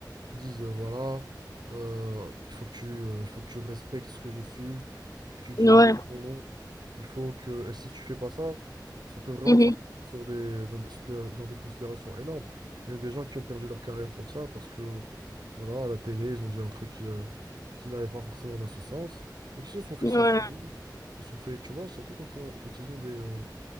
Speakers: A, on the right; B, on the left.
A: qui disent euh, voilà euh, il faut que tu euh, il faut que tu respectes ce que je suis, il faut que tu utilises
B: Ouais.
A: mes pronoms, il faut que et si tu fais pas ça, ça peut vraiment
B: Mhm.
A: partir sur des dans des, sur des- dans des considérations énormes. Il y a même des gens qui ont perdu leur carrière pour ça parce que voilà à la télé ils ont dit un truc qui euh, qui n'allait pas forcément dans ce sens et qui se sont fait
B: Ouais.
A: censurer, se sont fait tu vois surtout quand on, quand ils ont des euh,